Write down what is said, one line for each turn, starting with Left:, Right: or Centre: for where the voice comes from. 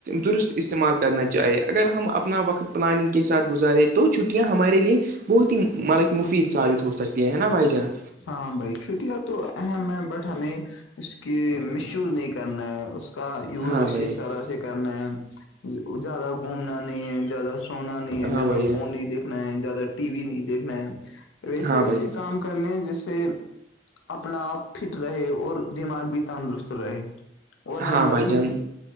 Right: درست استعمال کرنا چاہیے اگر ہم اپنا وقت پلاننگ کے ساتھ گزارے تو چھٹیاں ہمارے لیے بہت ہی ملک مفید ثابت ہو سکتی ہیں نا بھائی جان
Left: ہاں بھائی چھٹیاں تو اہم ہے بٹ ہمیں اس کی مس یوز نہیں کرنا ہے اس اس کا یوز
Right: ہاں
Left: اچھی
Right: بھائی جان
Left: طرح سے کرنا ہے زیادہ گھومنا نہیں ہے زیادہ سنا نہیں ہے
Right: ہاں
Left: زیادہ
Right: بھائی جان
Left: فون نہیں دیکھنا ہے زیادہ ٹی وی نہیں دیکھنا ہے ایسے
Right: ہاں
Left: ایسے
Right: بھائی
Left: کام کرنے جیسے اپنا آپ فٹ رہے اور دماغ بھی تندرست رہے اور ہم
Right: ہاں بھائی
Left: مزید
Right: جان